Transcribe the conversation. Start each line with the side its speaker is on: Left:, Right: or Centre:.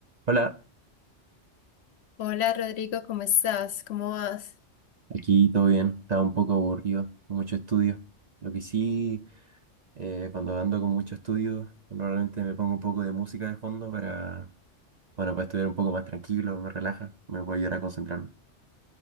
Right: Hola,
Left: Hola Rodrigo, ¿cómo estás? ¿Cómo vas?
Right: aquí todo bien, estaba un poco aburrido, mucho estudio. Lo que sí, eh, cuando ando con mucho estudio, normalmente me pongo un poco de música de fondo para, bueno, para estudiar un poco más tranquilo, me relaja, me puede ayudar a concentrarme.